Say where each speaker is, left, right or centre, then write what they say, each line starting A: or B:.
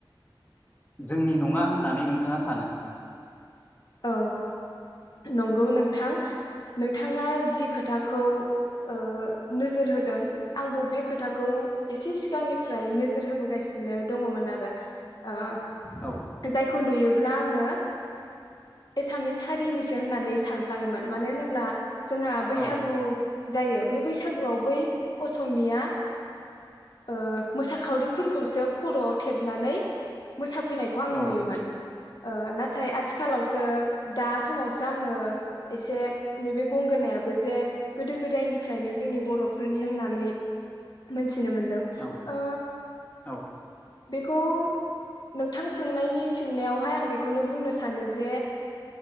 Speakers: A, on the left; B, on the left.
A: जोंनि नङा होननानै नोंथाङा सानो?
B: औ नंगौ नोंथां नोंथाङा जि खोथाखौ ओ नोजोर होदों आंबो बे खोथाखौ एसे सिगांनिफ्राय नोजोर होबोगासि नो दङमोन आरो ओ
A: औ
B: जायखौ नुयोब्ला आङो एसामिस हारिनिसो होननानै सानफ्लाङोमोन मानो होनोब्ला जोंहा बैसागु
A: औ
B: जायो बे बैसागुआव बै असमिया ओ मोसाखावरिफोरखौसो खर'आव थेबनानै मोसाफैनायखौ आं
A: औ
B: नुयोमोन ओ नाथाय आ सो दा समावसो आङो एसे नैबे गंगोनाबो जे गोदो गोदाय निफ्रायनो जोंनि बर'फोरनि होननानै मि थिनो मोनदों
A: औ
B: ओ
A: औ
B: बेखौ नोंथां सोंनायनि फिननायावहाय आं बेखौनो बुंनो सानो जे